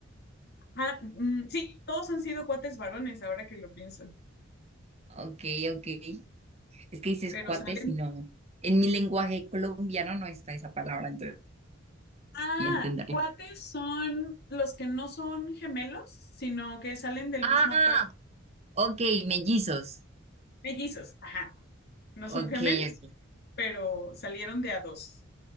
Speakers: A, on the left; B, on the right.
A: Ah, mm, sí, todos han sido cuates varones, ahora que lo pienso,
B: Ok, ok. Es que dices
A: pero
B: cuates
A: salen...
B: y no. En mi lenguaje colombiano no está esa palabra, entonces.
A: Ah,
B: Y entenderlo.
A: cuates son los que no son gemelos, sino que salen del
B: Ah,
A: mismo par.
B: ok, mellizos.
A: Mellizos, ajá, no
B: Ok,
A: son gemelos,
B: ok.
A: pero salieron de a dos.